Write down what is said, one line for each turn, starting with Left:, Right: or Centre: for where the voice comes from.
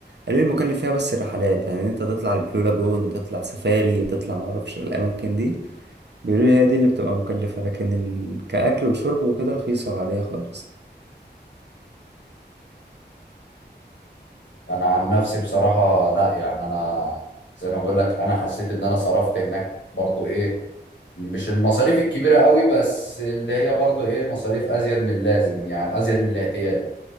Right: قالوا لي المكلف فيها بس الرحلات يعني انت تطلع البلو لاجون تطلع سفاري تطلع معرفش الاماكن دي بيقولوا لي هي دي اللي بتبقى مكلفة لكن ال... كأكل وشرب وكده رخيصة وعادية خالص
Left: أنا عن نفسي بصراحة لأ يعني أنا زي ما بقول لك أنا حسيت إن أنا صرفت هناك برضو إيه مش المصاريف الكبيرة قوي بس اللي هي برضو ايه مصاريف ازيد من اللازم يعني ازيد من الاعتيادي